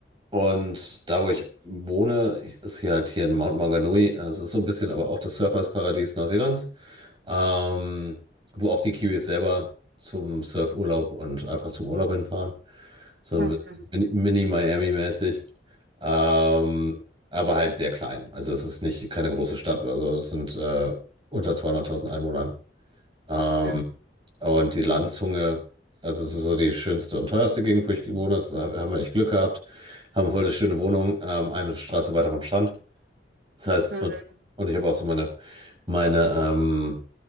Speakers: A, on the right (about 30°); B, on the right (about 65°).
A: und da, wo ich wohne, ist hier halt hier in Mount Maunganui. Es ist so ein bisschen aber auch das Surfersparadies Neuseelands, ähm, wo auch die Kiwis selber zum Surfurlaub und einfach zum Urlaub hinfahren. So ein
B: Okay,
A: bisschen Mini-Miami-mäßig. Ähm, aber halt sehr klein. Also es ist nicht keine große Stadt oder so. Es sind äh, unter 200.000 Einwohnern. Ähm,
B: okay.
A: und die Landzunge, also es ist so die schönste und teuerste Gegend, wo ich gewohnt habe. Da haben wir echt Glück gehabt. Haben voll eine schöne Wohnung, ähm, eine Straße weiter vom Strand. Das heißt,
B: Ja,
A: und,
B: sehr gut.
A: und ich habe auch so meine, meine, ähm,